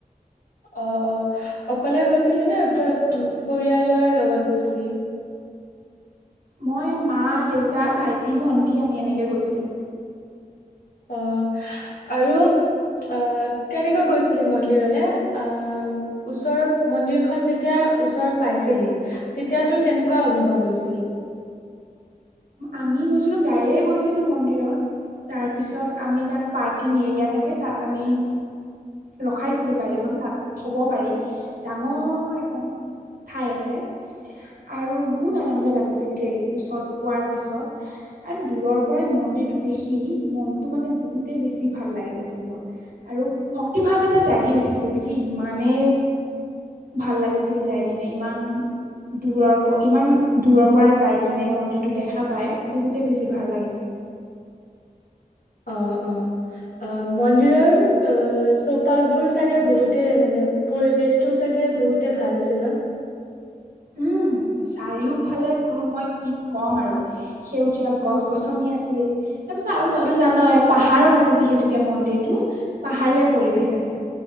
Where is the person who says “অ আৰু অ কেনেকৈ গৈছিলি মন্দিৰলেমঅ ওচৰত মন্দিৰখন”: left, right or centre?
Left